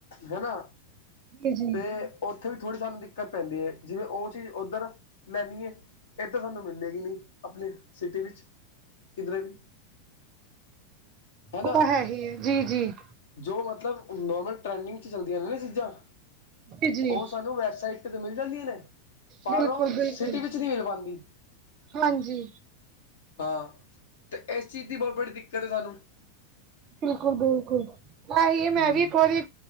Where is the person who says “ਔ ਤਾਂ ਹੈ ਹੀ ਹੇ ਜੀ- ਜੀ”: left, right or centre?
Right